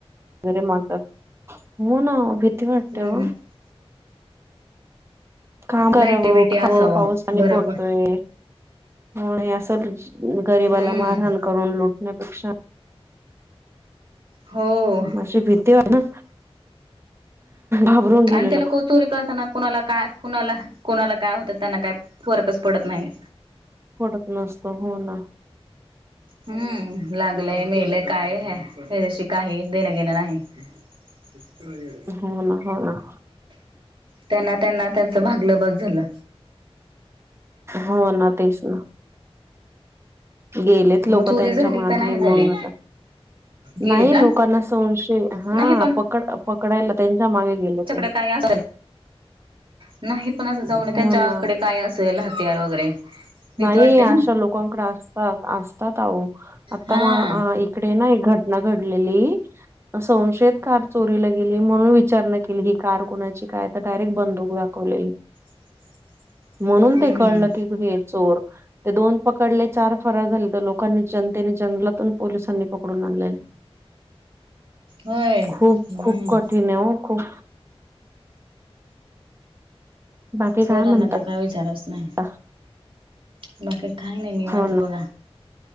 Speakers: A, on the right (about 25°); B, on the right (about 55°).
A: हो ना भीती
B: हम्म
A: वाटते हो.
B: हम्म
A: काम कराव
B: लायटी बिटी
A: खाव
B: असावं
A: पावस आणि
B: बरं
A: पडतोय
B: पण
A: हो अस गरीबाला
B: हम्म
A: मारहाण करून लुटण्यापेक्षा.
B: हो
A: अशी भीती आहे ना घाबरून गेलेलो.
B: आणि लोक चोरी ते करताना कुणाला काय -कुणाला कुणाला काय होतं त्यांना काय फरकच पडत नाही.
A: पडत नसतो हो ना.
B: हम्म लागलय मेलय काय, हच्याशी काही देण घेणं नाही <unintelligible>
A: हो ना, होना.
B: त्यांना त्यांना त्यांचं भागलं बस झालं
A: हो ना तेच ना. गेलेत
B: मग
A: लोक
B: चोरी
A: त्यांच्या
B: झाली
A: मागे
B: का नाही
A: मग
B: झाली
A: आता
B: गेली
A: नाही
B: का
A: लोकांना संशय, हा
B: नाही
A: पकड पकडायला त्यांच्या मागे गेले
B: च्याकडे
A: ते
B: काय अस, नाही पण असं जाऊनय
A: हो
B: त्यांच्याकडे
A: ना
B: काय अस असेल हत्यार वगैरे. भीती
A: नाही
B: वाटते
A: अशा
B: ना
A: लोकांकड असतात, असतात आवो आता
B: हा
A: म इकडे ना एक घटना घडलेली संशयित कार चोरीला गेली म्हणून विचारणा केली की कार कोणाची काय तर डायरेक्ट बंदूक दाख कुले
B: <unintelligible>
A: म्हणून
B: हम्म
A: ते कळलं
B: हम्म
A: की हे चोर ते दोन पकडले चार फरार झाले, तर लोकांनी जनतेने जंगलातून पोलिसांनी पकडून आणलेले
B: होय
A: खूप,
B: नाही
A: खूप कठीण आहे हो खूप. बाकी
B: चोराना
A: काय म्हणतात
B: तर काय विचारायचं नाही
A: <unintelligible>
B: बाकी काही नाही निवांत
A: हो ना
B: बघा